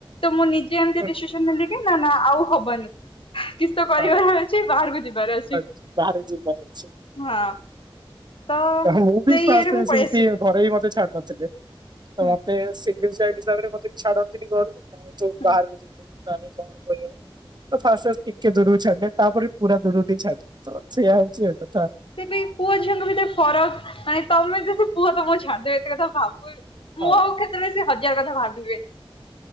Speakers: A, on the left; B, on the right.
A: ତ ମୁଁ ନିଜେ ଏମିତି
B: ହୁଁ,
A: ଡିସିସନ ନେଲି କି ନା ନା ଆଉ ହବନି। <inaudible> କିଛି ତ କରିବାର
B: ହଁ
A: ଅଛି। ଚି ବାହାରକୁ ଯିବାର ଅଛି
B: ଆଚ୍ଛା, ବାହାରେ
A: <inaudible>
B: ଯିବାର ଅଛି
A: ହଁ। ତ
B: ମୁଁ ବି
A: ସେଇ
B: ଫାଷ୍ଟ
A: ଇଏରେ
B: ଟା
A: ମୁଁ ପଳେଇ
B: ସେମତି
A: ଆସିବି।
B: ଘରେ ବି ମତେ ଛାଡୁ ନଥିଲେ। <inaudible> ତ
A: ହୁଁ
B: ମତେ ସେ କିନ୍ତୁ ସେ ହିସାବରେ ମତେ ଛାଡନ୍ତିନି ଘର କୁ।
A: ହୁଁ
B: ବାହାରକୁ ଯିବୁ <unintelligible> ତ ଫାଷ୍ଟ ଫାଷ୍ଟ ଟିକେ ଦୂରକୁ ଛାଡ଼ିଲେ। ତାପରେ ପୁରା ଦୁରକୁ ଟିକେ ଛାଡଲେ। <inaudible> ସେଇୟା ହଉଛି ଏ କଥା।
A: ତେବେ ପୁଅ ଝିଅଙ୍କ ଭିତରେ ଫରକ, ମାନେ ତମେ ଦି ପୁଅ ତମକୁ ଛାଡ ଦେବେ ଏତେ କଥା ଭାବୁନି।
B: ହଁ।
A: ତେବେ ସେ ହଜାର କଥା ଭାବିବେ।